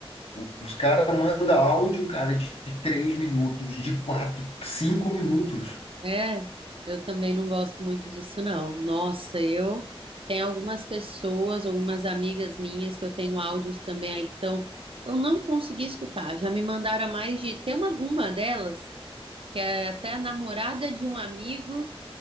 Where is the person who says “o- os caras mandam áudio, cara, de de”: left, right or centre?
Left